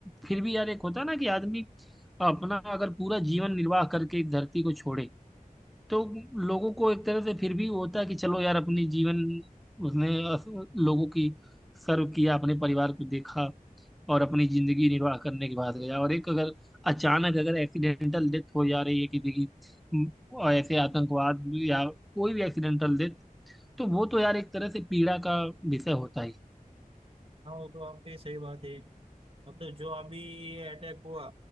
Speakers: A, in the centre; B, on the right (about 40°).
A: फिर भी यार एक होता है ना कि आदमी अपना अगर पूरा जीवन निर्वाह करके इस धरती को छोड़े तो लोगों को एक तरह से फिर भी होता है कि चलो यार अपनी जीवन उसने अस- लोगों की सर्व किया अपने परिवार को देखा और अपनी जिंदगी निर्वाह करने के बाद गया और एक अगर अचानक अगर एक्सीडेंटल डेथ हो जा रही है किसी की म, और ऐसे आतंकवाद या कोई भी एक्सीडेंटल डेथ तो वो तो यार एक तरह से पीड़ा का विषय होता ही है
B: हाँ वो तो आपकी सही बात है मतलब जो अभी अटैक हुआ